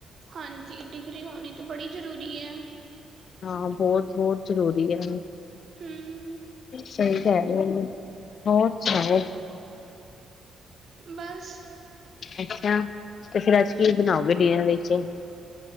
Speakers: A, on the right; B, on the left.
A: ਹਾਂਜੀ, ਡਿਗਰੀ ਹੋਣੀ ਤਾਂ ਬੜੀ ਜ਼ਰੂਰੀ ਐ।
B: ਹਾਂ, ਬਹੁਤ- ਬਹੁਤ ਜ਼ਰੂਰੀ ਹੈ।
A: ਹੂੰ
B: ਸਹੀ ਕਹਿ <inaudible> ਹੋਰ ਸੁਣਾਓ?
A: ਬਸ।
B: ਅੱਛਾ, ਤੇ ਫੇਰ ਅੱਜ ਕੀ ਬਣਾਓਗੇ ਡਿਨਰ ਵਿੱਚ?